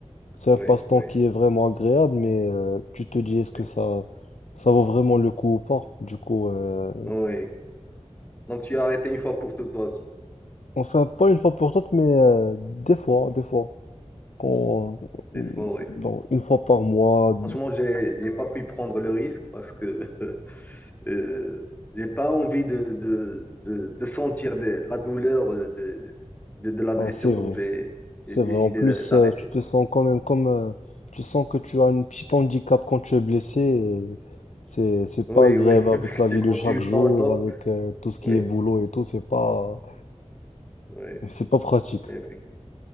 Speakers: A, on the left; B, on the left.
A: c'est
B: Oui,
A: un passe-temps
B: oui,
A: qui est vraiment agréable, mais euh, tu te dis est-ce
B: oui,
A: que ça ça vaut vraiment le coup ou pas? Du coup, euh,
B: oui. Donc tu as arrêté une fois pour tout toi aussi.
A: enfin pas une fois pour toutes, mais euh, des fois, des fois, quand
B: Des
A: euh,
B: fois, oui.
A: dans- une fois par mois,
B: Franchement, j'ai, j'ai pas pu prendre le risque parce que <laughs> euh, j'ai pas envie de, de, de, de sentir de- la douleur euh, de, de, de la blessure,
A: ouais, c'est
B: donc
A: vrai.
B: j'ai j'ai
A: C'est
B: décidé
A: vrai, en plus,
B: d'a- d'arrêter.
A: euh, tu te sens quand même comme... euh, tu sens que tu as un petit handicap quand tu es blessé. et C'est, c'est
B: Oui,
A: pas agréable
B: oui, <laughs>
A: avec
B: effectivement,
A: la vie de chaque
B: tu es
A: jour,
B: pas au top.
A: avec euh, tout ce qui
B: Oui,
A: est boulot et tout. C'est pas,
B: oui,
A: c'est pas pratique.
B: effectivement.